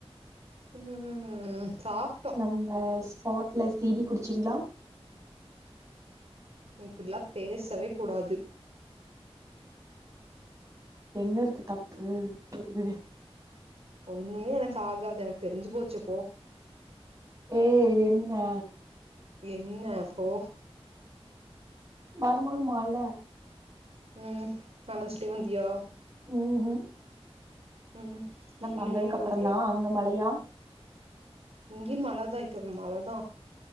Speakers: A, on the right; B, on the right.
A: ம் சாப்
B: நம்ம ஸ்பாட்ல சி பி குடிச்சிங்ளா
A: இப்டில்லா பேசவே கூடாது
B: என்ன இருக்கு தப்பு சேரி விடு
A: ஒண்ணுமே எனக்கு ஆகாது எனக்கு தெரிஞ்சு போச்சு போ
B: ஏ என்ன
A: என்ன போ
B: வரம்போது மழ
A: ம் நனஞ்சிட்டே வந்தியா
B: ம் ஹ்
A: ம் நின்னு
B: வந்ததுக்கு
A: நின்னு
B: அப்புற
A: வந்தியா
B: தா அங்க மழையா
A: இங்கியு மழதா இப்ப மழதா